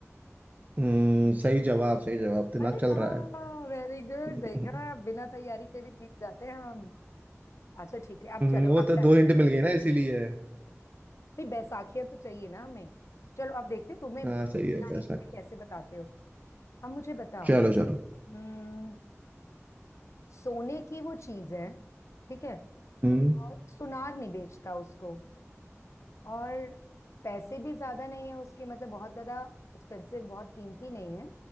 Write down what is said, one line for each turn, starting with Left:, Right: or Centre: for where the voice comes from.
Right: हम्म, सही जवाब सही जवाब दिमाग
Left: अरे
Right: चल
Left: हाँ
Right: रहा है
Left: वेरी गुड
Right: <laughs>
Left: देखा बिना तैयारी के भी जीत जाते हैं हम अच्छा ठीक है अब
Right: हम्म,
Left: चलो
Right: वो
Left: अगला
Right: तो
Left: है।
Right: दो हिंट मिल गई ना इसीलिए
Left: नहीं बैसाखियां तो चाहिए ना हमें चलो अब देखते हैं तुम्हें
Right: हाँ
Left: भी तुम
Right: सही
Left: बिना
Right: है कैसा
Left: हिंट के कैसे बताते हो अब मुझे बताओ
Right: चलो
Left: हम्म,
Right: चलो
Left: सोने की वो चीज है ठीक है
Right: हम्म,
Left: और सुनार नहीं बेचता उसको और पैसे भी ज्यादा नहीं है उसके मतलब बहुत ज्यादा एक्सपेंसिव बहुत कीमती नहीं है